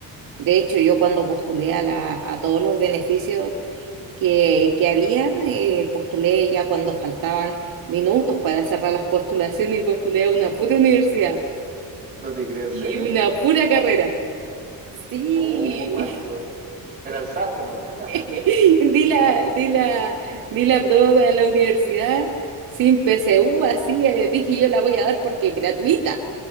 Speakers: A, on the right (about 70°); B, on the right (about 25°).
A: De hecho, yo cuando postulé a, la, a todos los beneficios que, que habían, eh, postulé ya cuando faltaban minutos para cerrar las postulaciones y postulé a una pura universidad
B: ¿No te crees
A: y
B: en serio?
A: una pura carrera. Sí,
B: Oh, cuático. Te lanzaste nomás.
A: <laughs>
B: <laughs>
A: di la, di la, di la prueba para la universidad sin PSU, así eh, dije yo la voy a dar porque es gratuita.